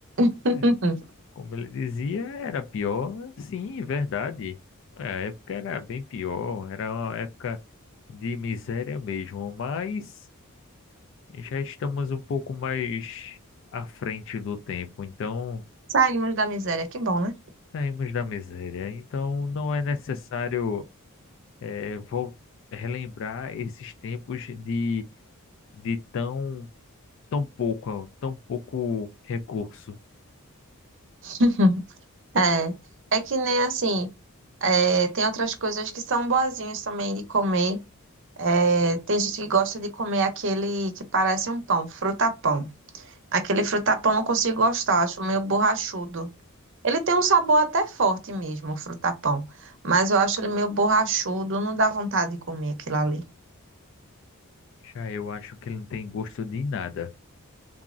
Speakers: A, on the right; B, on the left.
A: <laughs>
B: é, como ele dizia, era pior. Sim, verdade. É, A época era bem pior. Era uma época de miséria mesmo. Mas já estamos um pouco mais à frente do tempo. Então.
A: Saímos da miséria, que bom, né?
B: Saímos da miséria, então não é necessário eh, vol- relembrar esses tempos de, de tão, tão pouco, tão pouco recurso.
A: <laughs> É, é que nem assim, é, tem outras coisas que são boazinhas também de comer, É, tem gente que gosta de comer aquele que parece um pão, frutapão. Aquele frutapão eu não consigo gostar, acho meio borrachudo. Ele tem um sabor até forte mesmo, o frutapão, mas eu acho ele meio borrachudo, não dá vontade de comer aquilo ali.
B: Já eu acho que ele não tem gosto de nada.